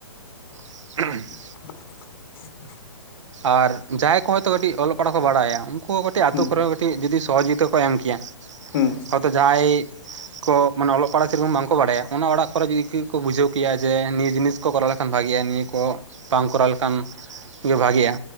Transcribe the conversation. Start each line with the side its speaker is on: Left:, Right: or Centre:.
Right: <unintelligible>
Left: <unintelligible>
Right: ᱟᱨ ᱡᱟᱦᱟᱸᱭ ᱠᱚ ᱦᱚᱭᱛᱳ ᱠᱟᱹᱴᱤᱡ ᱚᱞᱚᱜ ᱯᱟᱲᱦᱟᱜ ᱠᱚ ᱵᱟᱲᱟᱭᱟ ᱩᱱᱠᱩ ᱠᱟᱹᱴᱤᱡ ᱟᱛᱳ
Left: ᱦᱩᱸ
Right: ᱠᱚᱨᱮ ᱡᱩᱫᱤ ᱥᱚᱦᱚᱡᱳᱜᱤᱛᱟ ᱠᱚ ᱮᱢ ᱠᱮᱭᱟ
Left: ᱦᱩᱸ
Right: ᱦᱚᱭᱛᱳ ᱡᱟᱦᱟᱸᱭ ᱠᱚ ᱢᱟᱱᱮ ᱚᱞᱚᱜ ᱯᱟᱲᱦᱟᱜ ᱥᱮ ᱨᱚᱠᱚᱢ ᱵᱟᱝᱠᱚ ᱵᱟᱲᱟᱭᱟ ᱚᱱᱟ ᱚᱲᱟᱜ ᱠᱚᱨᱮ ᱡᱩᱫᱤᱠᱚ ᱵᱩᱡᱷᱟᱹᱣ ᱠᱮᱭᱟ ᱡᱮ ᱱᱤᱭᱟᱹ ᱡᱤᱱᱤᱥ ᱠᱚ ᱠᱚᱨᱟᱣ ᱞᱮᱠᱷᱟᱱ ᱵᱷᱟᱜᱮᱜᱼᱟ ᱱᱤᱭᱟᱹ ᱠᱚ ᱵᱟᱝ ᱠᱚᱨᱟᱣ ᱞᱮᱠᱷᱟᱱ ᱜᱮ ᱵᱷᱟᱜᱮᱜᱼᱟ